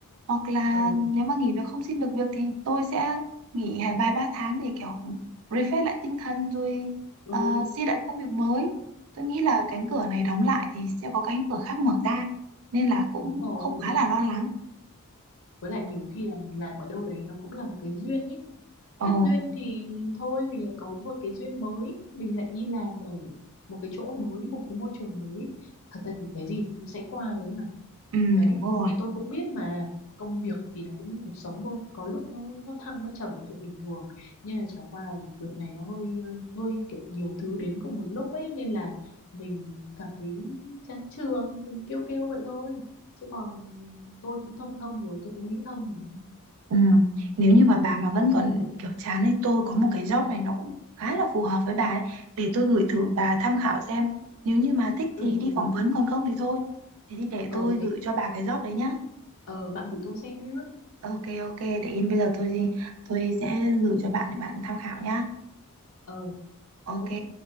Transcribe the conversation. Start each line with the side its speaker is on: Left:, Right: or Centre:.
Right: Hoặc là
Left: ừ
Right: nếu mà nghỉ việc không xin được việc thì tôi sẽ nghỉ hai- vài ba tháng để kiểu refresh lại tinh thần rồi
Left: ừ
Right: ờ, xin lại công việc mới tôi nghĩ là cánh cửa này đóng lại thì sẽ có cánh cửa khác mở ra nên là cũng
Left: đúng rồi
Right: không quá là lo lắng
Left: với lại nhiều khi là mình làm ở đâu đấy nó cũng là một cái duyên ấy
Right: ồ
Left: hết duyên thì thôi mình lại có một cái duyên mới mình lại đi làm ở một cái chỗ mới một cái môi trường mới thật ra thì cái gì nó cũng sẽ qua thôi
Right: ừ
Left: Đấy,
Right: đúng rồi
Left: thì tôi cũng biết mà công việc thì nó cũng như cuộc sống thôi, có lúc nó nó thăng nó trầm là chuyện bình thường. Nhưng mà chả qua là đợt này nó hơi hơi kiểu nhiều thứ đến cùng một lúc ấy nên là mình cảm thấy chán trường, mình kêu kêu vậy thôi. Chứ còn tôi cũng thông thông rồi, tôi cũng nghĩ thông rồi.
Right: ừ nếu như mà bà mà vẫn còn kiểu chán ấy tôi có một cái job này nó cũng khá là phù hợp với bà ấy để tôi gửi thử bà tham khảo xem nếu như mà thích
Left: Ừ
Right: thì đi
Left: ừ,
Right: phỏng vấn còn không thì thôi thế thì để
Left: ờ
Right: tôi
Left: thế
Right: gửi cho bà cái job đấy nhá
Left: ờ bạn gửi tôi xem nhé.
Right: ok ok để yên bây giờ tôi tôi sẽ gửi cho bạn để bạn tham khảo nhá
Left: Ờ
Right: ok
Left: ok.